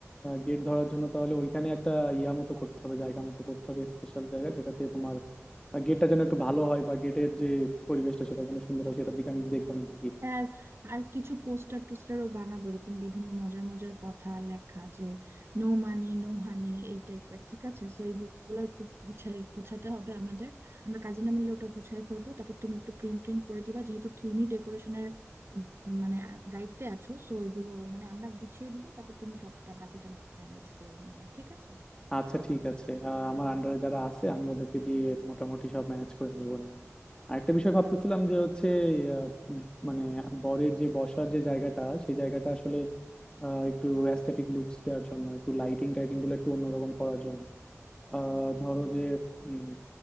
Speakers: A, on the left; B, on the right.
A: গেট ধরার জন্য তাহলে ওইখানে একটা ইয়া মতো করতে হবে জায়গা মতো করতে হবে স্পেশাল জায়গা যেটাতে তোমার গেটটা যেন একটু ভালো হয় বা গেটের যে পরিবেশটা সেটা যেন সুন্দর হয় সেটার দিকে আমি দেখবানি দেখি
B: হ্যাঁ আর আর কিছু পোস্টার টোস্টারও বানাবো এরকম বিভিন্ন মজার মজার কথা লেখা যে নো মানি নো হানি এই টাইপের ঠিক আছে তো এইগুলো একটু গুছাই গুছাতে হবে আমাদের আমরা কাজিনা মিলে ওটা গুছাই ফেলবো তারপর তুমি একটু প্রিন্ট প্রিন্ট করে দিবা যেহেতু তুমি ডেকোরেশনের মানে দায়িত্বে আছো সো এগুলো মানে আমরা গুছিয়ে দিব তারপর তুমি সবটা বাকিটা ম্যানেজ করে নিবা ঠিক আছে
A: আচ্ছা ঠিক আছে আহ, আমার আন্ডারে যারা আছে আমি ওদেরকে দিয়ে মোটামুটি সব ম্যানেজ করে নিবো না আরেকটা বিষয় ভাবতেছিলাম যে হচ্ছে আহ, উম, মানে বরের যে বসার যে জায়গাটা সেই জায়গাটা আসলে আহ, একটু অ্যাস্থেটিক লুকস দেওয়ার জন্য একটু লাইটিং টাইটিং গুলো একটু অন্যরকম করার জন্য আহ, ধরো যে উম,